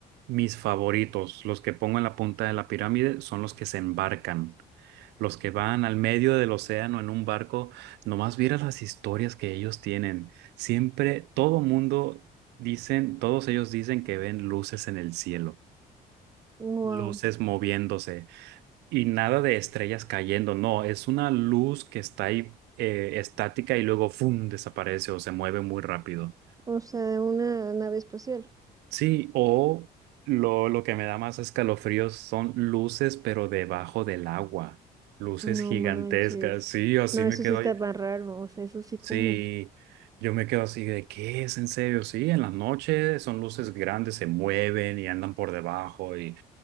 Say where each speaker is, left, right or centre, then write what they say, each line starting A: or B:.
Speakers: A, on the right (about 80°); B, on the right (about 20°).
A: mis favoritos, los que pongo en la punta de la pirámide, son los que se embarcan, los que van al medio del océano en un barco. Nomás vieras las historias que ellos tienen. Siempre, todo mundo dicen, todos ellos dicen que ven luces en el cielo,
B: Wow.
A: luces moviéndose. Y nada de estrellas cayendo, no, es una luz que está ahí eh, estática y luego ¡fum! desaparece o se mueve muy rápido.
B: O sea, una nave espacial.
A: Sí, o lo, lo que me da más escalofríos son luces, pero debajo del agua. Luces
B: No
A: gigantescas,
B: manches.
A: sí, así
B: No, eso
A: me quedo.
B: sí está más raro, o sea, eso sí
A: Sí,
B: como.
A: yo me quedo así de ¿qué es en serio? Sí, en las noches son luces grandes, se mueven y andan por debajo Y